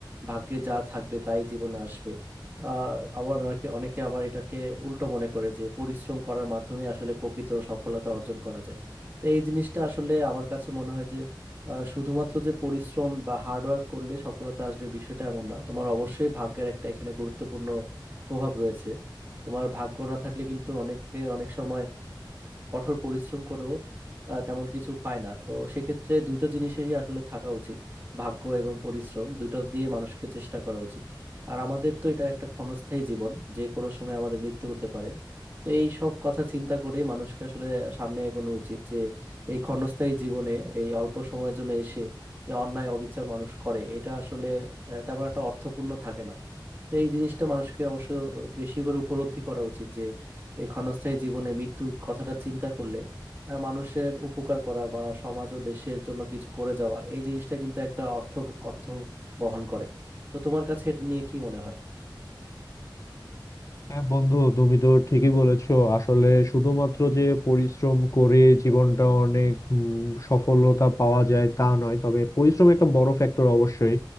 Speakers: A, on the right; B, on the left.
A: ভাগ্যে যা থাকবে তাই জীবনে আসবে আহ আবার অনেকে অনেকে আবার এটাকে উল্টো মনে করে যে পরিশ্রম করার মাধ্যমে আসলে প্রকৃত সফলতা অর্জন করা যায় তো এই জিনিসটা আসলে আমার কাছে মনে হয় যে আহ, শুধুমাত্র যে পরিশ্রম বা হার্ডওয়ার্ক করলে সফলতা আসবে বিষয়টা এমন না তোমার অবশ্যই ভাগ্যের একটা এখানে গুরুত্বপূর্ণ প্রভাব রয়েছে তোমার ভাগ্য না থাকলে কিন্তু অনেকে অনেক সময় কঠোর পরিশ্রম করেও আহ, তেমন কিছু পায় না তো সেক্ষেত্রে দুটো জিনিসেরই আসলে থাকা উচিত ভাগ্য এবং পরিশ্রম দুটো দিয়ে মানুষকে চেষ্টা করা উচিত আর আমাদের তো এটা একটা ক্ষণস্থায়ী জীবন যে কোনো সময় আমাদের মৃত্যু হতে পারে তো এই সব কথা চিন্তা করে মানুষকে আসলে সামনে এগোনো উচিত যে এই ক্ষণস্থায়ী জীবনে এই অল্প সময়ের জন্য এসে যে অন্যায় অবিচার মানুষ করে এটা আসলে আহ, তেমন একটা অর্থপূর্ণ থাকে না তো এই জিনিসটা মানুষকে অবশ্য বেশি করে উপলব্ধি করা উচিত এই ক্ষণস্থায়ী জীবনে মৃত্যুর কথাটা চিন্তা করলে আহ, মানুষের উপকার করা বা সমাজ ও দেশের জন্য কিছু করে যাওয়া এই জিনিসটা কিন্তু একটা অর্থ অর্থ বহন করে তো তোমার কাছে এটা নিয়ে কি মনে হয়
B: হ্যাঁ বন্ধু তুমি তো ঠিকই বলেছো আসলে শুধুমাত্র যে পরিশ্রম করে জীবনটা অনেক উম, সফলতা পাওয়া যায় তা নয় তবে পরিশ্রম একটা বড় ফ্যাক্টর অবশ্যই